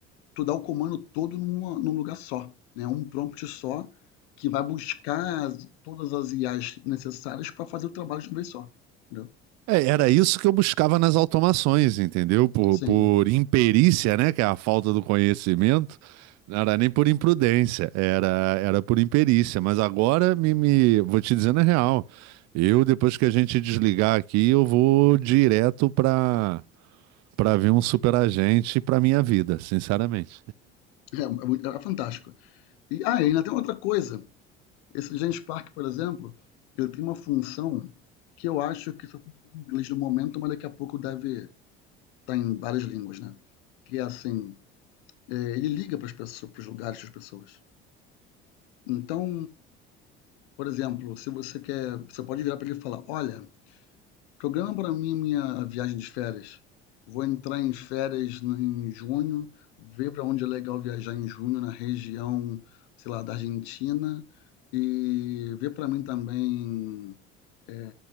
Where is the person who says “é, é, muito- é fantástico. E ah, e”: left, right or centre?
Left